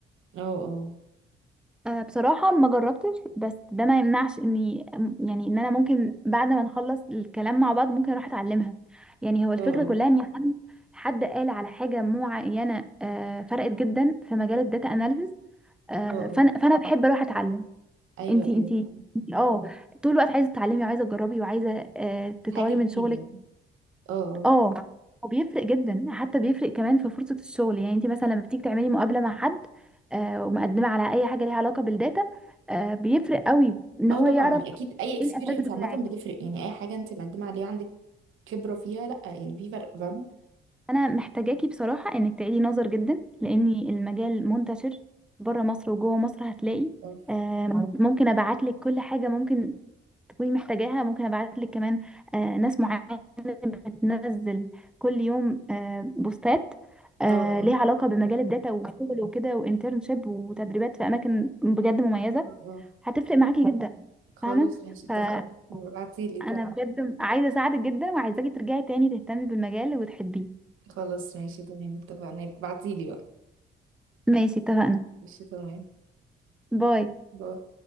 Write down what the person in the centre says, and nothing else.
أه بصراحة ما جربتش بس ده ما يمنعش اني يعني ان انا ممكن بعد ما نخلص الكلام مع بعض ممكن اروح اتعلمها يعني هو الفكرة
كلها ان حد حد قال على حاجة معينة أه فرقت جدا في مجال الداتا اناليسز أه
فانا فانا بحب اروح اتعلم
انتي
انتي
انتي اه طول الوقت عايزة تتعلمي وعايزة تجربي وعايزة أه تطوري
من شغلك
اه وبيفرق جدا حتى بيفرق كمان في فرصة الشغل يعني انت مثلا لما بتيجي تعملي مقابلة مع حد آه، ومقدمة على اي حاجة ليها علاقة بالداتا آه، بيفرق قوي ان
هو
يعرف
ايه الاساس بتاعك
انا محتاجاكي بصراحة انك تعيدي نظر جدا لان المجال منتشر بره مصر وجوه مصر هتلاقي
آه، ممكن ابعت لك كل حاجة ممكن تكوني محتاجاها ممكن ابعت لك كمان آه، ناس معينه بتنزل كل يوم آه، بوستات آه،
ليها علاقه بمجال الداتا وشغل وكده وانترنشيب وتدريبات في اماكن بجد مميزه
هتفرق معاكي جدا
فاهمه
فانا
بجد عايزه اساعدك جدا وعايزاكي ترجعي تاني تهتمي بالمجال وتحبيه
ماشي اتفقنا
باي